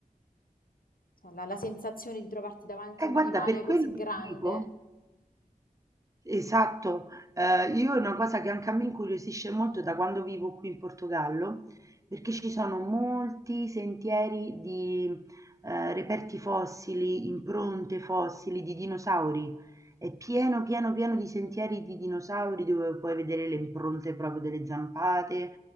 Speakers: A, on the left; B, on the right.
A: Cioè, la, la sensazione di trovarti davanti
B: E
A: a un
B: guarda,
A: animale
B: per quello
A: così
B: ti
A: grande.
B: dico. Esatto, ehm, io è una cosa che anche a me incuriosisce molto da quando vivo qui in Portogallo, perché ci sono molti sentieri di, ehm, reperti fossili, impronte fossili di dinosauri. È pieno, pieno, pieno di sentieri di dinosauri dove puoi vedere le impronte proprio delle zampate